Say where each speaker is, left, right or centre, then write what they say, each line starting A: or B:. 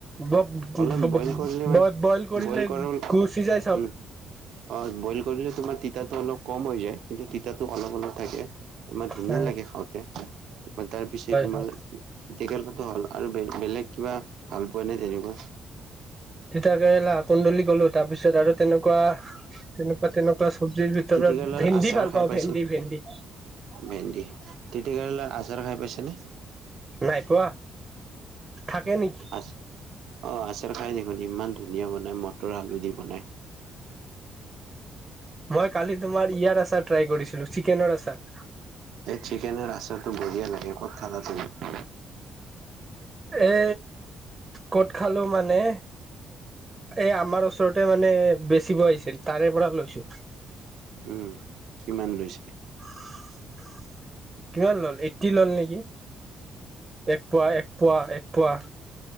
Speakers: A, on the right; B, on the right.
A: ব
B: অলপ বইল কৰিলে মানে
A: কৰিলে
B: বইল কৰা উম
A: গুচি যায় চব
B: অ' বইল কৰিলে তোমাৰ তিতাটো অলপ ক'ম হৈ যায়, কিন্তু তিতাটো অলপ অলপ থাকে। তোমাৰ ধুনীয়া
A: হয়
B: লাগে খাওঁতে, তাৰ পিছে তোমাৰ
A: হয়
B: তিতাকেৰেলাটো হ'ল, আৰু বেলেগ কিবা ভাল পোৱা নে তেনেকুৱা?
A: তিতাকেৰেলা কুন্দুলি ক'লো তাৰপিছত আৰু তেনেকুৱা তেনেকুৱা তেনেকুৱা চব্জিৰ ভিতৰত
B: তিতাকেৰেলাৰ
A: ভেন্দি
B: আচাৰ
A: ভাল
B: খাই
A: পাওঁ
B: পাইছেনে
A: ভেন্দি ভেন্দি।
B: ভেন্দি, তিতাকেৰেলাৰ আচাৰ খাই পাইছেনে?
A: নাই পোৱা, থাকে নেকি?
B: আচে অঁ আচালৰ খাই দেখোন ইমান ধুনীয়া বনায় মটৰ আলু দি বনায়।
A: মই কালি তোমাৰ ইয়াৰ আচাৰ ট্ৰাই কৰিছিলো, চিকেনৰ আচাৰ।
B: এই চিকেনৰ আচাৰটো বঢ়িয়া লাগে, ক'ত খালা তুমি?
A: এ ক'ত খালো মানে এ আমাৰ ওচৰত মানে বেচিব আহিছিল তাৰে পৰা লৈছো।
B: উম, কিমান লৈছে?
A: <unintelligible> কিমান ল'লে এইটি ল'লে নেকি? এক পোৱা এক পোৱা এক পোৱা।